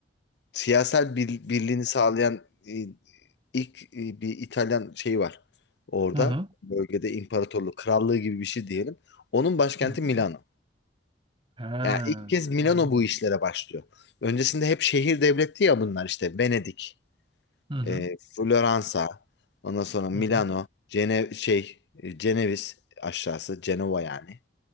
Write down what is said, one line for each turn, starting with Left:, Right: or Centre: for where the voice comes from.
Left: siyasal bir- birliğini sağlayan e, ilk e, bir İtalyan şeyi var. Orada
Right: Hı hı.
Left: bölgede imparatorluk, krallığı gibi bir şey diyelim. Onun başkenti
Right: Hı hı.
Left: Milano.
Right: He,
Left: Yani ilk kez Milano
Right: anladım.
Left: bu işlere başlıyor. Öncesinde hep şehir devletti ya bunlar işte Venedik,
Right: Hı hı.
Left: e, Floransa, ondan sonra Milano,
Right: Hı hı.
Left: Cene şey, e, Ceneviz aşağısı, Cenova yani.